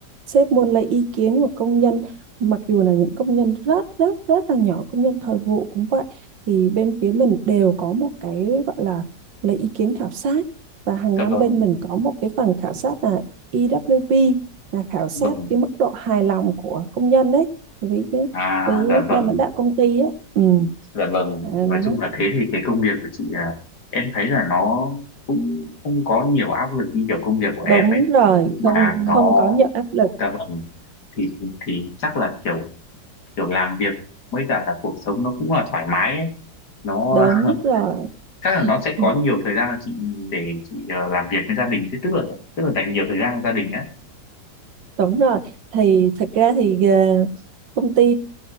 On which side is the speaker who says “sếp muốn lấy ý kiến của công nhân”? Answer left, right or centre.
Right